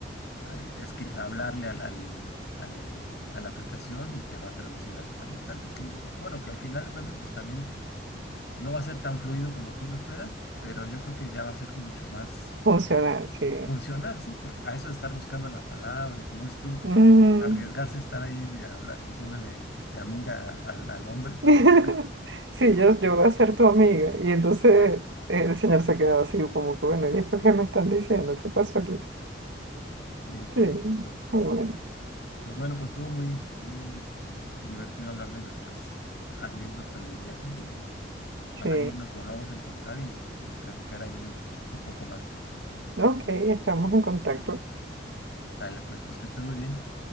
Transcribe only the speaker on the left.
eh, escri- hablarle al, al- al- a la aplicación y te va a traducir al, al instante. Que, bueno, que al final de cuentas, pues también no va a ser tan fluido como tú lo esperas, pero yo creo que ya va a ser mucho más
eh,
funcional, sí, porque a eso de estar buscando la palabra y como dices tú,
arriesgarse a estar ahí de habla- diciéndole este, amiga al, al hombre, pues
sí, está,
sí, pues
qué chistoso.
Pues bueno, pues estuvo muy, muy este, divertido hablar de nuestras anécdotas de viaje. Ojalá
ahí nos volvamos a encontrar y, y platicar ahí un, un poco más.
Dale, pues, pues que estés muy bien.